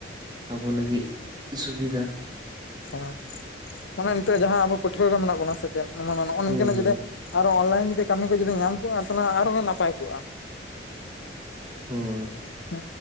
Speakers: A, on the right (about 20°); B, on the left (about 80°).
A: ᱟᱵᱚ ᱞᱟᱹᱜᱤᱫ ᱥᱩᱵᱤᱫᱟ ᱾
B: ᱦᱮᱸ ᱚᱱᱮ ᱱᱤᱛᱚᱜ ᱡᱟᱦᱟᱸ ᱟᱵᱚ ᱯᱟᱹᱴᱷᱣᱟᱹ ᱠᱚ ᱢᱮᱱᱟᱜ ᱵᱚᱱᱟ ᱥᱮ ᱪᱮᱫ ᱱᱚᱜᱼᱚ ᱱᱤᱝᱠᱟᱹ
A: ᱦᱳᱭ
B: ᱱᱟᱜ
A: ᱦᱳᱭ
B: ᱡᱩᱫᱤ ᱟᱨ ᱦᱚᱸ ᱚᱱᱞᱟᱭᱤᱱ ᱡᱩᱫᱤ ᱠᱟᱹᱢᱤ ᱠᱚ ᱡᱩᱫᱤ ᱧᱟᱢ ᱠᱚᱜᱼᱟ ᱥᱟᱞᱟ ᱟᱨ ᱦᱚᱸ ᱱᱟᱯᱟᱭ ᱠᱚᱜᱼᱟ
A: ᱦᱳᱭ
B: ᱦ